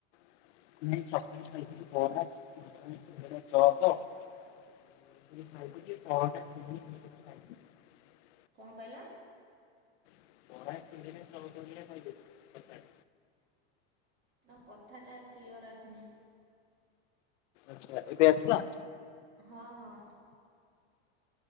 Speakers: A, on the left (about 75°); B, on the right (about 30°).
A: <unintelligible> ଚକ ନେଇକି ଚ <unintelligible> <unintelligible>
B: କଣ କହିଲା?
A: <unintelligible> ପରା ସୁିନ୍ଦିନ ସ ଭାଇ ପ <unintelligible>
B: ତମ କଥାଟା କ୍ଲିଅର ଆସୁନି।
A: ଆଛା ଏବେ ଆସିଲା?
B: ହଁ ହଁ।